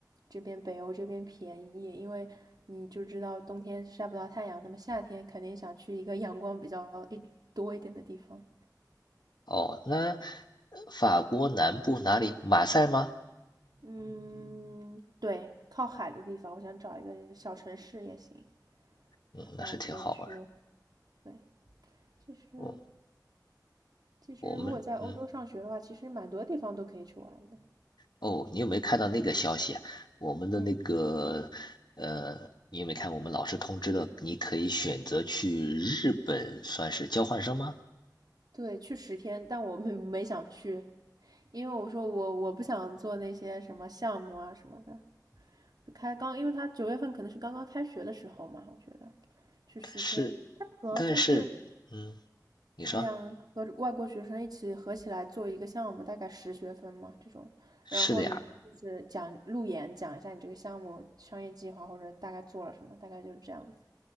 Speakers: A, on the right; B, on the left.
A: 这边北欧这边便宜，因为你就知道冬天晒不到太阳，那么夏天肯定想去一个阳光比较一多一点的地方。
B: 哦，那法国南部哪里？马赛吗？
A: 嗯，对，靠海的地方，我想找一个小城市也行，
B: 嗯，
A: 然后可以去。
B: 那是挺好玩的。
A: 对，其实
B: 我哦
A: 其实如果在欧洲上学的话，
B: 我们嗯，
A: 其实蛮多地方都可以去玩的。
B: 哦，你有没有看到那个消息啊？我们的那个呃，
A: 嗯。
B: 你有没有看我们老师通知的？你可以选择去日本算是交换生吗？
A: 对，去十天，但我没 <laughs> 没想去，因为我说我我不想做那些什么项目啊什么的，就开刚，因为他九月份可能是刚刚开学的时候嘛，我觉得去十天，
B: 但是，
A: 他主要就是
B: 但是，嗯，你说
A: 两和外国学生一起合起来做一个项目，大概十学分嘛这种，然后你就是讲路演，
B: 是的呀，
A: 讲一下你这个项目商业计划或者大概做了什么，大概就是这样子。